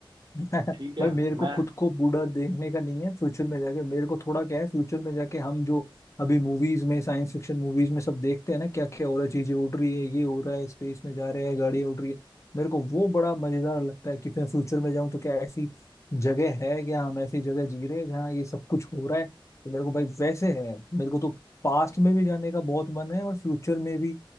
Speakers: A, on the left; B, on the right.
A: <laughs>
B: ठीक है
A: भाई मेरे को
B: मैं
A: खुद को बूढ़ा देखने का नहीं है फ्यूचर में जाके मेरे को थोड़ा क्या है फ्यूचर में जाके हम जो अभी मूवीज में साइंस फिक्शन मूवीज में सब देखते हैं ना क्या क्या हो रहा है चीजें उड़ रही है ये हो रहा है स्पेस में जा रहे हैं गाड़ियां उड़ रही है मेरे को वो बड़ा मजेदार लगता है कि फिर फ्यूचर में जाऊं तो क्या ऐसी जगह है क्या हम ऐसी जगह जी रहे हैं जहाँ ये सब कुछ हो रहा है तो मेरे को भाई वैसे है मेरे को तो पास्ट में भी जाने का बहुत मन है और फ्यूचर में भी